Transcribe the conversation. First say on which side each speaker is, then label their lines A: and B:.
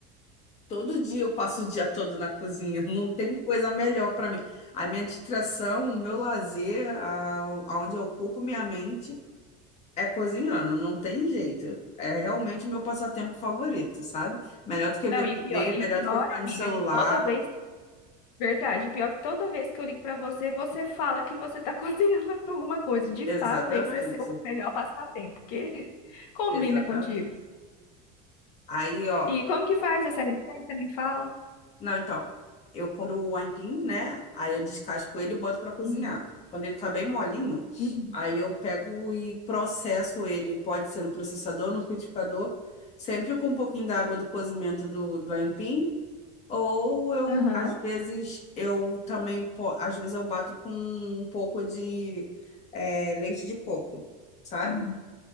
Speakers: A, on the left (about 35°); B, on the left (about 80°).
A: Todo dia eu passo o dia todo na cozinha, <laughs> não tem coisa melhor pra mim. A minha distração, o meu lazer, a, aonde eu ocupo minha mente. É cozinhando, não tem jeito. É realmente o meu passatempo favorito, sabe? Melhor do que
B: Não,
A: ver TV,
B: e pior, e
A: melhor
B: pior,
A: do que ficar no
B: amiga,
A: celular.
B: que toda vez, verdade, pior que toda vez que eu ligo pra você, você fala que você tá <laughs> cozinhando alguma coisa. De
A: Exatamente,
B: fato, esse é seu melhor passatempo, porque <laughs> combina
A: exatamente.
B: contigo.
A: Aí, ó,
B: E como que faz essa receita? Me fala.
A: não, então, eu compro o aipim, né? Aí eu descasco ele e boto pra cozinhar.
B: Uhum.
A: Quando ele tá bem molinho,
B: Uhum.
A: aí eu pego e processo ele, pode ser no processador, no liquidificador, sempre com um pouquinho da água do cozimento do, do aipim Ou eu,
B: Aham.
A: às vezes, eu também, po- às vezes eu bato com um pouco de é, leite de coco, sabe?
B: Uhum.